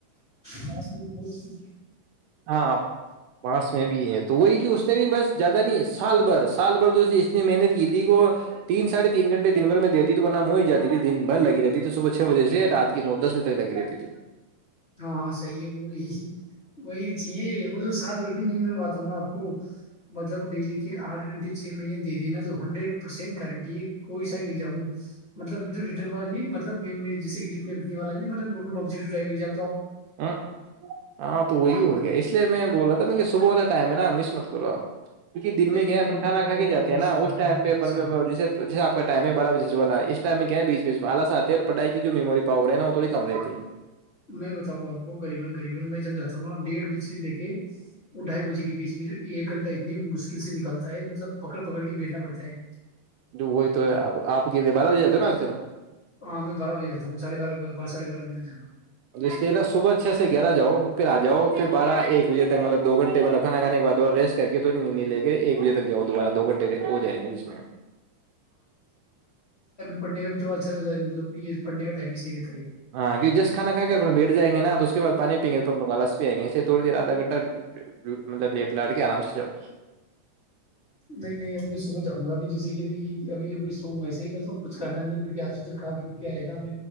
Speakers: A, on the left; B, on the right.
A: مس میں بہت کچھ
B: ہاں پاس میں بھی ہے تو وہی کہ اس اس بھی بس زیادہ نہیں سال بھر سال بھر تو است نے محنت کی تھی وہ تین ساھے تین گنٹے دن بھر میں دیتی تو ن مو ہی جاتی تھی دن بھر لگی رہتی ت تو صبح چھ بجے سے رات کی نو دس بجے تک لگی رہتی تھی
A: ہاں ہاں صحیح ہے وہی وہی چاہیے وہ تو سال بھر بھی نہیں میں بات ہوںا آپ کو مطلب ڈیلی کے آٹھ گھنٹے چھ مہینے دے دینا تو ہنڈریڈ پرسینٹ گارنٹی ہے کوئی <unintelligible> والا نہیں مطلب میں جیس کہ لکھنے لکھنے والا ملب ن آبجیکووڑایپ
B: ہ ہاں تو وہی ہو گیا اس اسے میں بول رہا تھا م صبح والا ٹائم ہے نا مس مت کرو آپ کیہ دن
A: نہیں
B: میں
A: نہیں
B: کیا ہے
A: نہیں
B: اپن کھا کھا
A: میں
B: کے جے
A: میں
B: ہیں نا
A: سدھاروں
B: اس ٹائم
A: گا واپس
B: پہ ج
A: ہاں
B: جیسے آ کا ٹائم ہے بارہ بجے والا اس ٹائم میں کیا ہے بیچ میں آالس آتے ہے اور پڑھائی کی جو مموری پاور ہے نا وہ تھوی کم رہتی ہے
A: میں بتاؤں گا اپ کو قریبا قریبا ڈیڑھ بجے سے لے کے ڈھائی بجے کے بیچ میں جو ایک گھنٹہ اتنی مشکل سے نکلتا ہے کی پکڑ پکڑ کے بیٹھنا پڑتا ہے
B: وہی تو ہےپ آپ کے بارہ بجے جاتے نا آج کل
A: ہاں میں بارہ بجےاتتا ہوںاھ بار باراھے بار بجے تک جا ہوں
B: اس لیے نا صبح چھ سے گیارہ جاؤ پھر آ جاؤ پھر بارہ ایک بجے تک مطلب دو گھنٹے مطلبھانا کھے کے بعد ریسٹ کر کے تھڑی نی لے کے ایک بجے تک جا دوبارہ دو گھنٹے ہو جائ گے جس میں
A: پڑنے کا بھی تھوا اچھا رہتا ہے مطلب یہ پڑھنے کا ٹائم بھی صحیح رہتا ہے یہ
B: ہاں کی جس کھا کھا کے اپنے بیٹھ جائیں گے ن تو اس کے بع پانی پئیں گے تووگ آلس بھی آئیں گے اسےوڑ دے آھا گھنٹہ مطلب وٹ ل آٹ کے آرامس جگ
A: نہیں نہیں اب میں صبح جاؤں گابھی جیسے کہ بھیب ابھی ابھی سو ویسا ہی تھاا س کچھ کرنا نہیں ہے کیکہ آج ادھر کا کیوں کیا آئے گا اب